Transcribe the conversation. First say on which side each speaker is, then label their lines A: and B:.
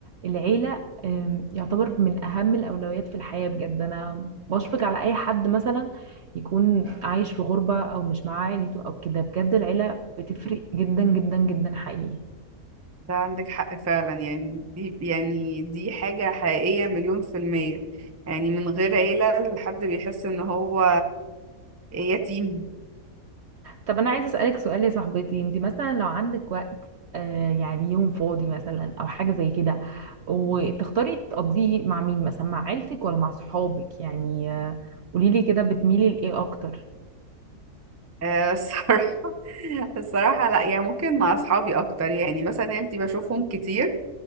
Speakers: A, on the right; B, on the right.
A: العيلة آم، يعتبر من اهم الاولويات في الحياة بجد انا بشفق على اي حد مثلا يكون عايش في غربة او مش معاه عيلته او كده بجد العيلة بتفرق جدا جدا جدا حقيقي
B: ده عندك حق فعلا يعني دي يعني دي حاجة حقيقية مليون في المية يعني من غير عيلة الحد بيحس ان هو يتيم
A: طب انا عايزه اسالك سؤال يا صاحبتي انت مثلا لو عندك وقت آه يعني يوم فاضي مثلا او حاجه زي كده وتختاري تقضيه مع مين مثلا مع عيلتك ولا مع صحابك يعني آه قوليلي كده بتميلي لايه اكتر
B: آه، الصراحة <laughs> الصراحة لا يعني ممكن مع اصحابي اكتر يعني مثلا عيلتي بشوفهم كتير